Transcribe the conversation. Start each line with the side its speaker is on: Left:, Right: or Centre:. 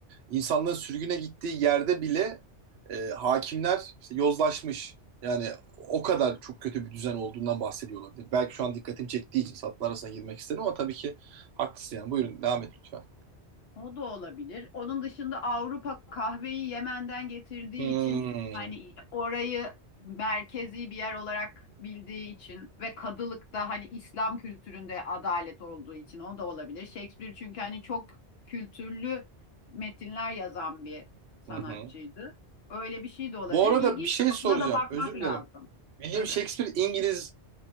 Right: insanların sürgüne gittiği yerde bile e, hakimler işte yozlaşmış. Yani o kadar çok kötü bir düzen olduğundan bahsediyor olabilir. Belki şu an dikkatimi çektiği için satır arasına girmek istedim ama tabii ki haklısın yani. Buyurun devam et lütfen.
Left: O da olabilir. Onun dışında Avrupa kahveyi Yemen'den getirdiği
Right: Hmm.
Left: için hani orayı merkezi bir yer olarak bildiği için ve Kadılık da hani İslam kültüründe adalet olduğu için o da olabilir. Shakespeare çünkü hani çok kültürlü metinler yazan bir sanatçıydı.
Right: Hı hı.
Left: Öyle bir şey de olabilir.
Right: Bu arada
Left: İlginç
Right: bir şey
Left: ama
Right: soracağım.
Left: buna da bakmak
Right: Özür dilerim.
Left: lazım.
Right: William
Left: Tabii.
Right: Shakespeare İngiliz